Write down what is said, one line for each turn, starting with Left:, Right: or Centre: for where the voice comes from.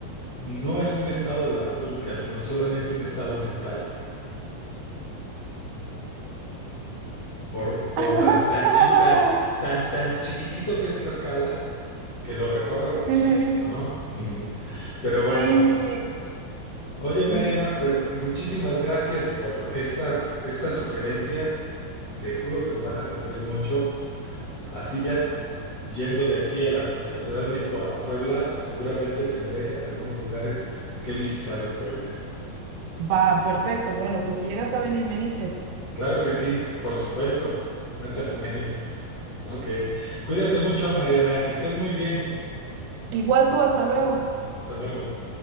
Left: no es un estado de la República, sino solamente un estado mental. Por, por
Right: <laughs>
Left: tan, tan, chi- tan, tan, tan chiquitito que es Tlaxcala, que lo recorre rapidísimo,
Right: Sí, sí,
Left: ¿no? Ujú. Pero
Right: sí,
Left: bueno,
Right: sí, sí, sí.
Left: Oye, Mariana,
Right: ujú.
Left: pues muchísimas gracias por estas, estas sugerencias. Te juro que me van a servir mucho. Así ya cu- yendo de aquí a la, ci- de la Ciudad de México a Puebla, seguramente tendré algunos lugares que visitar en Puebla.
Right: Va, perfecto. Bueno, pues si llegas a venir, me dices.
Left: Claro que sí, por supuesto. Cuenta con ello. Ok. Cuídate mucho, Mariana. Que estés muy bien.
Right: Igual tú, hasta luego.
Left: Hasta luego.